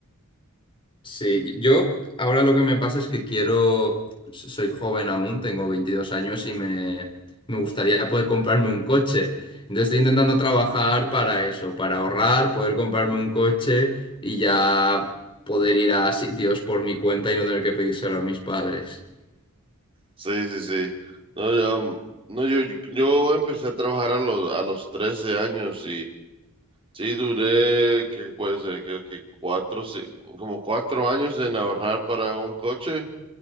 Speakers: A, on the left (about 25°); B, on the right (about 25°).
A: Sí, yo ahora lo que me pasa es que quiero, soy joven aún, tengo 22 años y me, me gustaría poder comprarme un coche. Entonces estoy intentando trabajar para eso, para ahorrar, poder comprarme un coche y ya poder ir a sitios por mi cuenta y no tener que pedírselo a mis padres.
B: Sí, sí, sí. No, yo, um, no, yo, yo empecé a trabajar a los, a los trece años Sí, duré, que puede ser? Creo que cuatro, ci- como cuatro años en ahorrar para un coche.